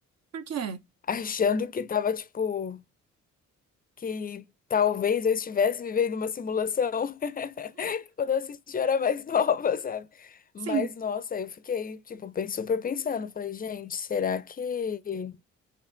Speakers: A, on the right (about 55°); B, on the left (about 30°).
A: Por quê?
B: <laughs> Achando que tava, tipo. que talvez eu estivesse vivendo uma simulação <laughs> quando eu assisti eu era mais <laughs> nova, sabe?
A: Sim,
B: Mas nossa, eu fiquei tipo bem super pensando, falei, gente, será que